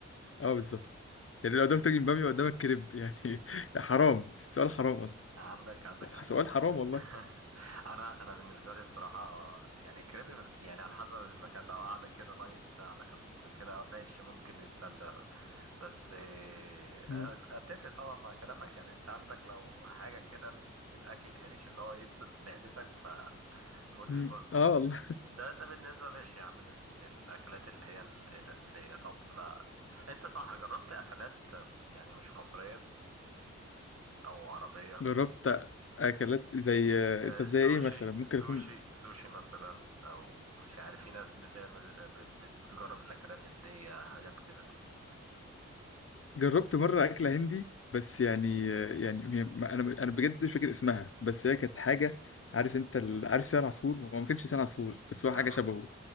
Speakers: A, on the left (about 50°); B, on the right (about 55°).
A: اه بالظبط يعني لو قدامك طاجن باميه قدامك كريب يعني <laughs> حرام السؤال حرام اصلا
B: عندك عندك حق
A: سؤال حرام والله
B: <laughs> انا انا بالنسبه لي بصراحه يعني كريب يعني على حسب المكان لو قاعده كده لايت قاعده خفيفه كده آه، ماشي ممكن نتسلى بس إيه،
A: مم.
B: اتفق طبعا مع كلامك يعني انت عندك لو حاجه كده ال- الاكل الحرش اللي هو يبسط معدتك ف فل
A: مم.
B: الفل
A: اه والله
B: د- ده ده بالنسبه ماشي يا عم لل- للاكلات اللي هي ال- الاساسيه طب آه، انت صح جربت اكلات آه، يعني مش مصريه او عربيه
A: جربت اكلات زي
B: آه،
A: طب
B: سوشي
A: زي ايه مثلا ممكن
B: سوشي
A: اكون
B: سوشي مثلا او مش عارف في ناس بتعمل آه، ب- بتجرب الاكلات هندية حاجات كده
A: جربت مره اكله هندي بس يعني يعني ما- انا انا بجد مش فاكر اسمها بس هي كانت حاجه عارف انت ال... عارف لسان عصفور هو ما كانش لسان عصفور بس هو
B: اه
A: حاجه شبهه